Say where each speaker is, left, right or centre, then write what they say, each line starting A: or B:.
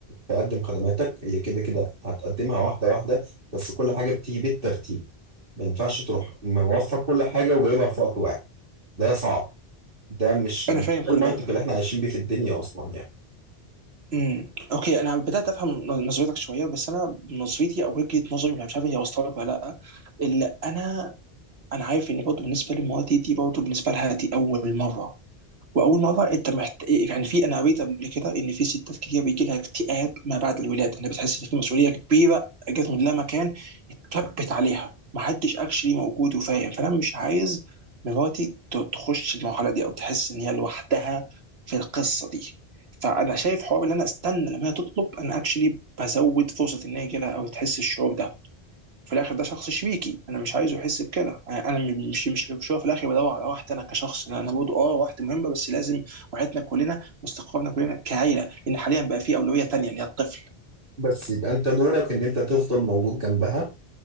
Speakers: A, on the right; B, on the right.
A: تقدم خدماتك هي كده كده هتقدمها واحده واحده بس كل حاجه بتيجي بالترتيب ما ينفعش تروح موفر كل حاجه وجايبها في وقت واحد ده صعب ده مش
B: انا
A: مش
B: فاهم
A: ده
B: كل
A: المنطق
B: ده
A: اللي احنا عايشين بيه في الدنيا اصلا يعني
B: امم اوكي انا بدات افهم نظرتك شويه بس انا نظرتي او وجهه نظري مش عارف هي وصلت لك ولا لا اللي انا انا عارف ان برضه بالنسبه لمراتي دي برضه بالنسبه لها دي اول مره واول مره انت محت... يعني في انا قريت قبل كده ان في ستات كتير بيجي لها اكتئاب ما بعد الولاده انها بتحس ان في مسؤوليه كبيره جت من لا مكان اتكبت عليها محدش اكشلي موجود وفاهم فانا مش عايز مراتي ت- تخش المرحله دي او تحس ان هي لوحدها في القصه دي فانا شايف حوار ان انا استنى لما هي تطلب انا اكشلي بزود فرصه ان هي يجي لها او تحس الشعور ده في الاخر ده شخص شبيكي انا مش عايزه يحس بكده انا أنا مش مش مش هو في الاخر بدور على واحد انا كشخص انا أنا برضه اه واحد مهمه بس لازم وعيتنا كلنا واستقرارنا كلنا كعيله لان حاليا بقى في اولويه تانيه اللي هي الطفل
A: بس يبقى انت دورك ان انت تفضل موجود جنبها